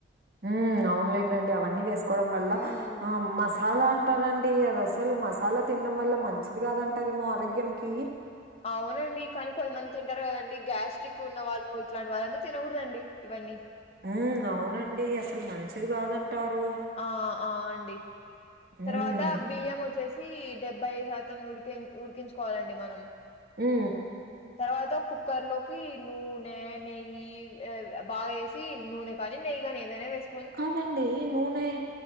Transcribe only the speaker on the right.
మ్మ్ అవున్లెండండి అవన్నీ వేసుకోవడం వల్ల
ఆ మసాలా అంటామండి అది అసలు మసాలా తినడం వల్ల మంచిది కాదంటారేమో ఆరోగ్యం కిీ
మ్మ్ అవునండి అసలు మంచిది కాదంటారు
హ్మ్.
మ్మ్
కాదండి నూనె